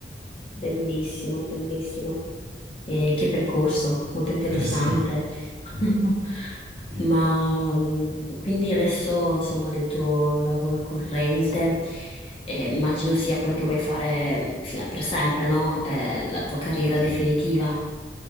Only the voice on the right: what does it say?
<laughs> Sì, sì,
sì.
Sì.